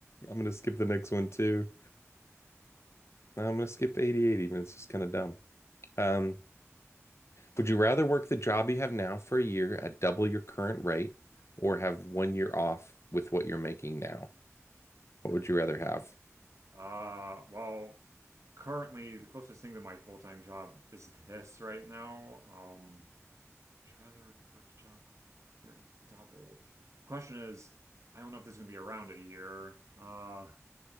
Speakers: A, on the left; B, on the right.
A: I'm gonna skip the next one too. I'm gonna skip 88 even. It's just kind of dumb. Um, Would you rather work the job you have now for a year at double your current rate or have one year off with what you're making now? What would you rather have?
B: Uh, well, currently the closest thing to my full-time job is this right now. Um, Would you rather work a job for a year double? The question is, I don't know if this is gonna be around a year. Uh,